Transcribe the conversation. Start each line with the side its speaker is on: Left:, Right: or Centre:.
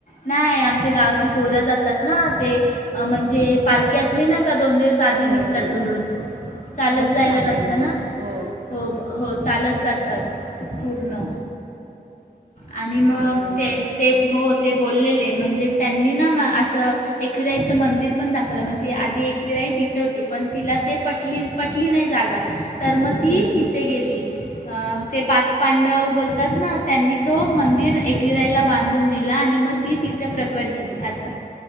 Left: नाही आमच्या गावातली पोरं जातात ना ते म्हणजे पालखी असली ना का दोन दिवस सादि
Right: हो
Left: निघतात
Right: हो
Left: घरून चालत
Right: बरच
Left: जायला
Right: लांब
Left: लागतं
Right: आहे मग
Left: ना
Right: हो
Left: हो ब हो चालत जातात पूर्ण आणि
Right: छान
Left: मग
Right: आहे
Left: ते ते हो ते बोललेले म्हणजे त्यांनी ना म असं एकविरा आईचं मंदिर पण दाखवलं म्हणजे आधी एकविरा आई तिथे होती पण तिला ते पटली पटली नाही जागा तर म ती
Right: हम्म
Left: इथे गेली अ ते पाच पांडव बोलतात ना त्यांनी तो मंदिर एकवीरा आईला बांधून दिला आणि म ती तिथे प्रकट झाली असं